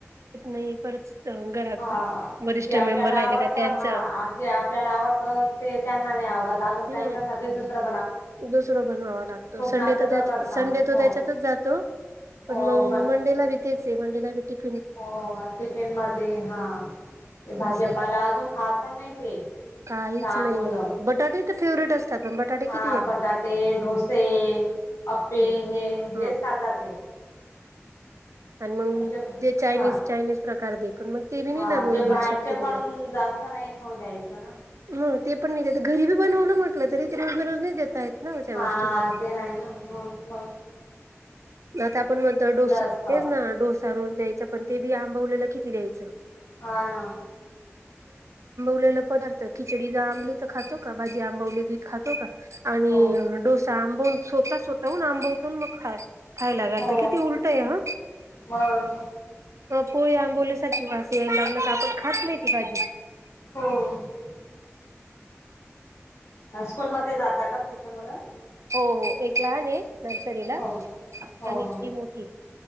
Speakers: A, on the right; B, on the left.
A: नई परत. अ, घरात
B: हां
A: वरिष्ठ
B: जे आपल्याला
A: मेंबर राहिले
B: आवडतं,
A: का त्यांचं
B: हां जे आपल्याला आवडतं ते त्यांना नाही आवडत. आजून त्यांच्यासाठी
A: हम्म
B: दुसरा
A: दुसरं बनवावा लागतं. संडे
B: नाटकं
A: तच्या,
B: करता
A: संडे त
B: हो
A: त्याच्यातच जातं.
B: हो
A: पण मंग
B: बनव
A: मंडेला बी तेच ए, मंडेला बी टीप
B: हो टिफिन मध्ये हां. ते भाजी
A: असे
B: पाला अजून खात पण नाही ते.
A: काहीच
B: लहान
A: नाही,
B: मुलं
A: बटाटे त फेवरेट असतात अन बटाटे ची
B: हां बटाटे, ढोसे, आप्पे,
A: हम्म
B: हे
A: हम्म.
B: हेच खातात ते.
A: आणि मग
B: तुमच्या संग.
A: दे चायनीज
B: हां,
A: चायनीज प्रकार दे पण मग ते बी नाही
B: हां
A: ना रोज
B: ते
A: रोज
B: बाहेरचे
A: शक्य देणार.
B: पण जास्त नाही नई खाऊ द्यायचं ना.
A: हो ते पण नगद घरीबी बनवलं म्हटलं तरी त दररोज नई देता येत. ना त्या
B: हां
A: गोष्टी पण
B: ते नाही ना हो म.
A: आता आपण म्हणतं डोसा
B: असतं
A: तेच ना डोसा रोज द्यायचा पण ते बी आम. बोलेलं किती द्यायचं?
B: हां ना.
A: लेलं पदार्थ, खिचडी ज आंबली त खातो का? भाजी आंबवलेली खातो का? आणि
B: हो
A: डोसा आंबून सोता सोताहून आंबवतोन मग खा खायला घालतं
B: हो
A: किती उलटं आहे हां.
B: मग
A: पोळी आंबवल्या सारखी वास यायला लाग का आपण खात नई ती भाजी?
B: हो आं स्कूलमध्ये जाता का तुमची मुलं?
A: हो-हो एक लहान हे नर्सरीला.
B: हो का हो
A: आणि
B: हो
A: ती मोठी हे.